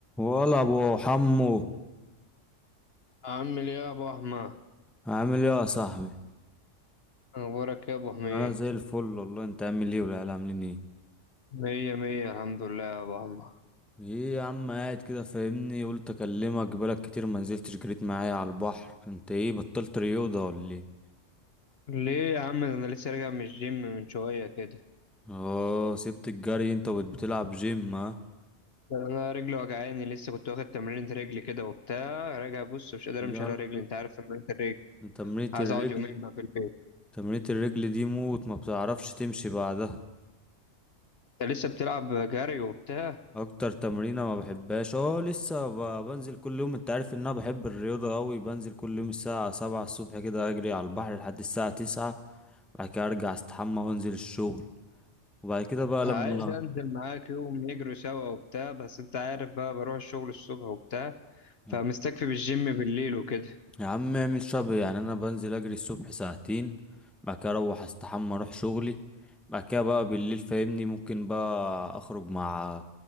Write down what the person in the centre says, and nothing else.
ولا ابو حمو
عامل ايه يا صاحبي
انا زي الفل والله انت عامل ايه والعيال عاملين ايه
ايه يا عم قاعد كده فاهمني قلت اكلمك بقالك كتير ما نزلتش جريت معايا على البحر انت ايه بطلت رياضه ولا ايه
اه سبت الجري انت وبقيت بتلعب جيم ها
يلا
تمرينة
الرجل
تمرينة الرجل دي موت ما بتعرفش تمشي بعدها
اكتر تمرينة ما بحبهاش اه لسه ب- بنزل كل يوم انت عارف ان انا بحب الرياضة قوي بنزل كل يوم الساعة سبعة الصبح كده اجري على البحر لحد الساعة تسعة بعد كده ارجع استحمى وانزل الشغل وبعد كده بقى
لما
يا
يا عم اعمل شبه يعني انا بنزل اجري الصبح ساعتين بعد كده اروح استحمى اروح شغلي بعد كده بقى بالليل فاهمني ممكن بقى اخرج مع